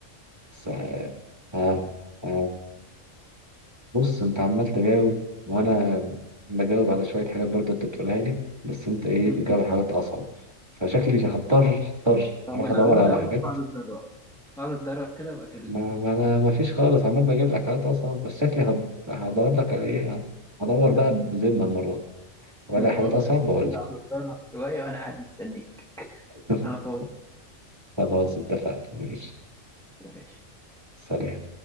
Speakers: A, on the right; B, in the centre.
A: بس اه آه، آه، بص انت عمال تجاوب وانا بجاوب على شوية حاجات برضه انت بتقولها لي بس انت ايه
B: مم.
A: بتجاوب على حاجات اصعب فشكلي هضطر هضطر
B: طب
A: اروح
B: أنا
A: ادور
B: عمال
A: على
B: أقول
A: حاجات
B: لك اقعد اتدرب اقعد اتدرب كده وأكلمك
A: ما ما انا ما فيش خالص عمال بجيب لك حاجات اصعب بس شكلي هد- هدور لك على ايه هدور بقى بذمة المرة دي ولا
B: ما أنا
A: حاجات
B: بقول
A: اصعب
B: لك
A: بقول
B: كده
A: لك
B: اقعد اتدرب شوية وأنا قاعد مستنيك
A: <laughs>
B: أنا فاضي
A: خلاص اتفقنا ماشي
B: يا باشا
A: سلام